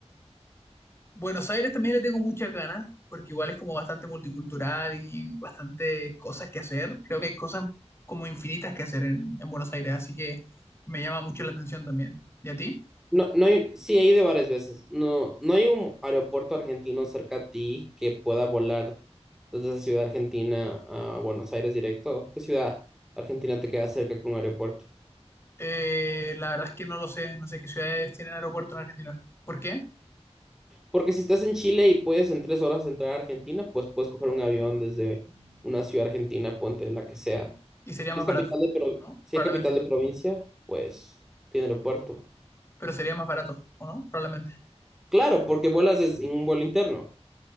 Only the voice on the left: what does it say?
Buenos Aires también le tengo muchas ganas, porque igual es como bastante multicultural y bastante cosas que hacer. Creo que hay cosas como infinitas que hacer en, en Buenos Aires, así que me llama mucho la atención también. ¿Y a ti?
Eh, la verdad es que no lo sé, no sé qué ciudades tienen aeropuerto en Argentina. ¿Por qué?
y sería
más
barato,
¿o no?
Probablemente.
Pero sería más barato, ¿o no? Probablemente.